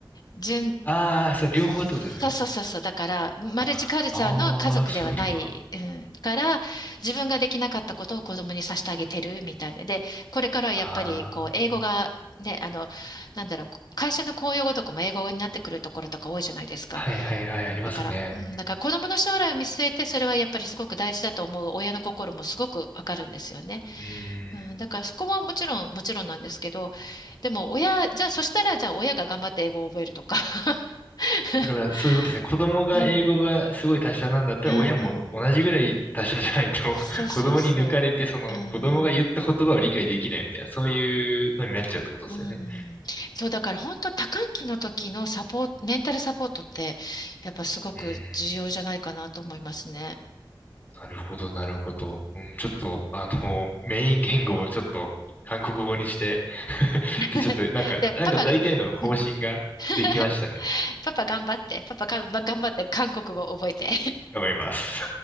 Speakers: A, on the left; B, on the left.
A: 純、
B: ああ、そう、両方ってことですかね。
A: そうそうそうそう。だから、マルチカルチャーの家族ではない、
B: あ、ああ、そういうことか。
A: うん、から、自分ができなかったことを子供にさせてあげてるみたいな。で、これからはやっぱり、
B: ああ、
A: こう、英語が、ね、あの、なんだろう、会社の公用語とかも英語になってくるところとか多いじゃないですか。
B: はいはいはい、ありますね。
A: だから、うん、だから子供の将来を見据えて、それはやっぱりすごく大事だと思う親の心もすごくわかるんですよね。
B: うん。
A: うん、だからそこはもちろん、もちろんなんですけど、でも親、じゃあそしたら、じゃあ親が頑張って英語を覚えるとか。<laughs>
B: だから、そういうことですね。子供が英語がすごい達者なんだったら、
A: うん、<laughs> うん、
B: 親も同じぐらい達者じゃないと
A: うん。そうそうそう。
B: <laughs> 子供に抜かれて、その、
A: うん、
B: 子供が言った言葉を理解できないみたいな、そういうのになっちゃうってことですよね。
A: うん。そう、だから本当多感期の時のサポート、メンタルサポートって、やっぱすごく重要じゃないかなと思いますね。
B: うーん。なるほど、なるほど。
A: うん、
B: うん、ちょっと、あの、メイン言語をちょっと韓国語にして、
A: <laughs>
B: で、ちょっと、なんか、
A: で、
B: なんか大体の方針ができましたね。
A: パパが、うん <laughs> パパ頑張って、パパがんば頑張って韓国語覚えて。
B: 頑張ります。